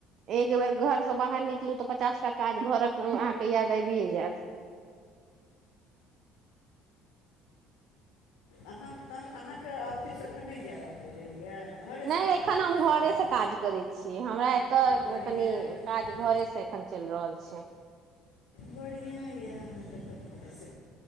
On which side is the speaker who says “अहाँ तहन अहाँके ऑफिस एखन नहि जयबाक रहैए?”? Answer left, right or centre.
Left